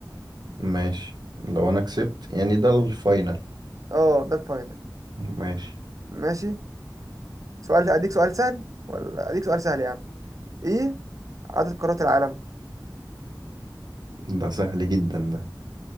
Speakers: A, on the right; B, on the right.
A: ماشي لو انا كسبت يعني ده الفاينل
B: أه ده الفاينل
A: ماشي
B: ماشي سؤال أديك سؤال سهل ولا أديك سؤال سهل يا عم إيه عدد قارات العالم
A: ده سهل جدا ده